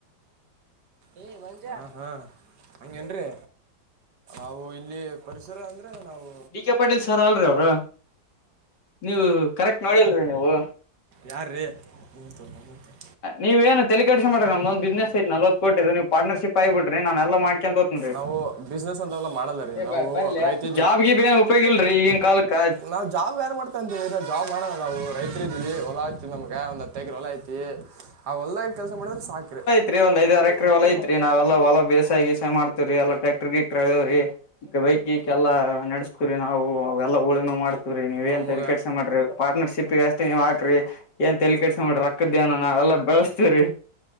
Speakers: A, on the right; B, on the left.
A: ಏ ಹೊಜ್ಜ ಹ ಹ ಹ್ಹಂಗೇನ ರಿ ಅವು ಇಲ್ಲಿ ಪರಿಸರ ಅಂದ್ರ. ನಾವು...
B: ಡಿ ಕೆ ಪಾಟೀಲ್ ಸರ್ ಅಲ್ರರಿ ಅವರು ನೀವು ಕರೆಕ್ಟ್ ನೋಡಿಲ್ರರಿ ನೀವು.
A: ಯಾರ ರ ಹ <unintelligible>
B: ನೀವ ಏನ ತಲೆ ಕೆಡೆಸಕೋಬೇಡರಿ ನಮದ ಒಂದ ಬಿಸಿನೆಸ್ ಐತಿ ನಲ್ವತ್ತು ಕೊಟ್ಟಿದ್ದ ನೀವ ಪಾರ್ಟನರ್ಶಿಪ್ ಆಗ್ಬಿಡ್ರಿ ನಾನ ಎಲ್ಲಾ ಮಾಡಿ. <unintelligible>
A: ನಾವು ಬಿಸ್ನೆಸ್ ಅಂತೆಲ್ಲ ಮಾಡಲ್ಲ ರೀ
B: ಈ ಪ
A: ನಾವು
B: ಬರೀಲ್ಯ
A: ರೈತ
B: ಜಾಬ ಗಿಬ್ ಏನ್ ಉಪಯೋಗಿಲ್ರರಿ ಈಗಿನ ಕಾಲಕ್ಕ.
A: ನಾವ್ ಜಾಬ್ ಯಾರ್ ಮಾಡ್ತ. ಅಂತ ಜಾಬ್ ಮಾಡಲ್ಲ ನಾವು ರೈತರ ಇದ್ದೀವಿ ಹೊಲಾ ಐತಿ ನಮಗ ಒಂದ್ ಹತ್ತ ಎಕರೆ ಹೊಲಾ ಐತಿ ಆ ಹೊಲ್ದಗ ಕೆಲಸ ಮಾಡಿದ್ರ ಸಾಕ್ರಿ.
B: ತ್ರಿ ಒಂದ್ಐದರ ಎಕ್ರರೆ ಹೊಲ ಐತ್ರಿ ನಾವೆಲ್ಲ ಹೊಲ ಬೇಸಾಯ ಗಿಸಾಯ ಮಾಡ್ತವ್ರರಿ ಎಲ್ಲ ಟ್ಯಾಕ್ಟರ್ ಗಿಕ್ಟರ್ ಅದಾವ ರಿ. ಈಗ ಬೈಕಿಗೀಕಕ್ಕೆಲ್ಲಾ ನಡೆಸ್ತೀರಿ ನಾವು ಅವೆಲ್ಲಾ ಊಳನ ಮಾಡ್ತವಿ. ರಿ ನೀವ
A: ನಮಗೆ
B: ಏನ್ ತಲೇಕೆಸಕೋ ಬೇಡ್ರಿ ಪಾರ್ಟನರ್ಶಿಪ್ಗಷ್ಟ... ನೀವ ಹಾಕ್ರಿ ಏನ್ ತಲಿಕೆಸ ಬೇಡರಿ ರಕ್ಕದ ದೇನ ನಾವ ಎಲ್ಲ ಬೆಳಸ್ತವ್ರರಿ.